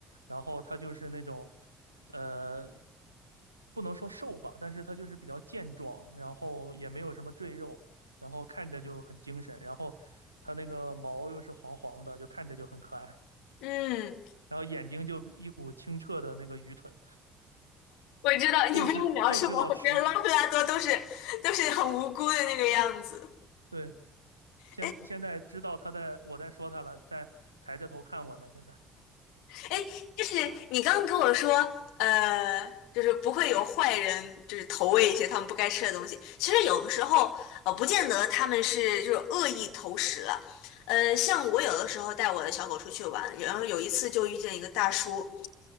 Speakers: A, on the right; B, on the left.
A: 然后它就是那种，呃，不能说瘦吧，但是它就是比较健壮，然后也没有什么赘肉，然后看着就很精神，然后它那个毛又是黄黄的，就看着就很可爱，
B: 嗯，
A: 然后眼睛就一股清澈的那个愚蠢，
B: 我知道，你不用描述我，
A: 就知就知道吃。
B: 我觉得拉布拉多都是都是很无辜的那个样子。
A: 对。现现在知道他在我在说他了，
B: 哎，
A: 在抬着头看我呢。现在
B: 哎，就是你刚刚跟我说，呃，就是不会有坏人，就是投喂一些他们不该吃的东西。其实有的时候，呃，不见得他们是就是恶意投食了。呃，像我有的时候带我的小狗出去玩，然后有一次就遇见一个大叔，